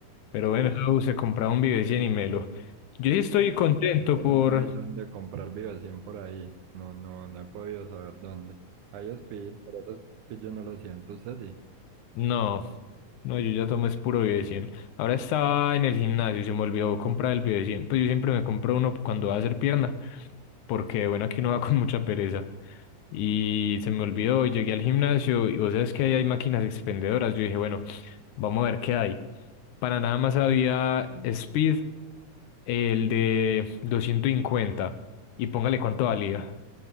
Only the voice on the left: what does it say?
Pero
bueno, eso se compraba un Vives y Melo. Yo sí estoy contento
por,
No, no, yo ya tomé es puro Bio de 100. Ahora estaba en el gimnasio y se me olvidó comprar el Bio de 100. Pues yo siempre me compro uno cuando va a hacer pierna, porque bueno, aquí uno va con mucha pereza. Y se me olvidó y llegué al gimnasio y vos sabes que ahí hay máquinas expendedoras. Yo dije, bueno, vamos a ver qué hay. Para nada más había Speed, el de doscientos cincuenta Y póngale cuánto valía.